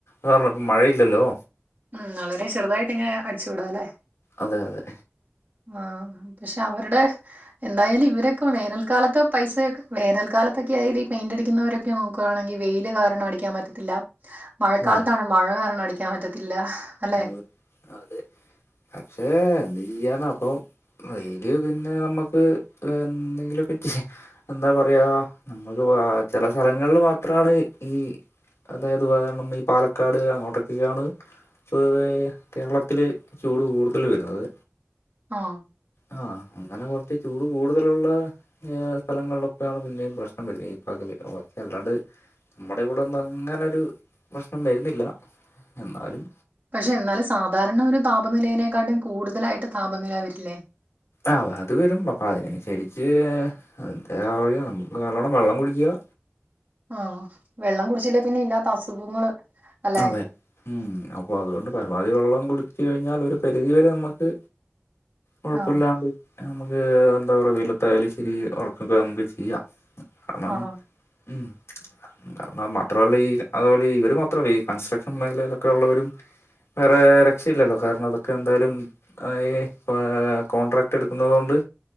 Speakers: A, on the left (about 75°); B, on the right (about 45°).
A: സ ഇപ്പം മഴയില്ലല്ലോ
B: ഉം വളരെ ചെറുതായിട്ട് ഇങ് അടിച്ചുവിടാം അല്ലെ
A: അതെ അതെ
B: ആഹ് പക്ഷെ അവരുടെ എന്തായാലും ഇവരൊക്കെ വേനൽക്കാലത്ത് പൈസൊക്കെ വേനൽക്കാലത്തൊക്കെ ആയാല ഈ പെയിന്റ് എടുക്കുന്നവരൊക്കെ നോക്ക പക്കവാണെങ്കി വെയില് കാരണം അടിക്കാൻ പറ്റത്തില്ല മഴക്കാലത്താണ
A: ആ
B: മഴ കാരണം അടിക്കാൻ പറ്റത്തില്ല അല്ലെ
A: അതെ അതെ പക്ഷെ എന്ത് ചെയ്യാന അപ്പൊ അയ്ല് പിന്നെ നമ്മുക്ക് എന്തെങ്കിലൊക്കെ ചെയ്യാ എന്താ പറയാ നമ്മുക്ക് ചില സ്ഥലങ്ങളിൽ മാത്രമാണ് ഈ അതായത് ഉദാഹരണം ഈ പാലക്കാട് അങ്ങോട്ടൊക്കെയാണ് പൊതുവെ കേരളത്തിൽ ചൂട് കൂടുതൽ വരുന്നത്
B: ആഹ്
A: ആഹ് അങ്ങനെ കൊറച്ച് ചൂട് കൂടുതലുള്ള എഹ് സ്ഥലങ്ങളിലൊക്കെ ആണ് പിന്നേം പ്രശ്നം വരുന്നത് ഈ പകല് ബാക്കി അല്ലാണ്ട് നമ്മടെ ഇവിടൊന്നും അങ്ങനരു പ്രശ്നം വരുന്നില്ല എന്നാലും
B: പക്ഷെ എന്നാലും സാധാരണ ഒരു താപനിലയിനെക്കാട്ടിം കൂടുതലായിട്ട് താപനില വരില്ലേ
A: ആഹ് അത് വരും അപ്പം അതിനനുസരിച്ച് എന്താ പറയ നമ്മക് നല്ലോണ്ണം വെള്ളം കുടിക്ക
B: ആഹ് വെള്ളം കുടിച്ചില്ലേ പിന്നെ ഇല്ലാത്ത അസുഖങ്ങള് അല്ലെ
A: അതെ ഉം അപ്പൊ അതുകൊണ്ട് പരമാവധി വെള്ളം കുടിച്ച് കഴിഞ്ഞാൽ ഒരു പരിധിവരെ നമുക്ക് കൊഴപ്പില്ലാണ്ട്
B: ആ
A: നമുക്ക് എന്താ പറയാ വെയിലത്തായാലും ശരി വർക്കൊക്കെ നമുക്ക് ചെയ്യാം കാണം
B: ആ
A: ഉം കാണം മാത്രമല്ല ഈ അത്പോലെ ഈ ഇവര് മൊ ത്ര ഈ കൺസ്ട്രക്ഷൻ മേഖലയിലൊക്കെ ഉള്ളവരും വേറെ രക്ഷയില്ലല്ലോ കാരണം അതൊക്കെ എന്തായാലും അയേ പ്പ കോൺട്രാക്ട് എടുക്കുന്നുന്നത് കൊണ്ട്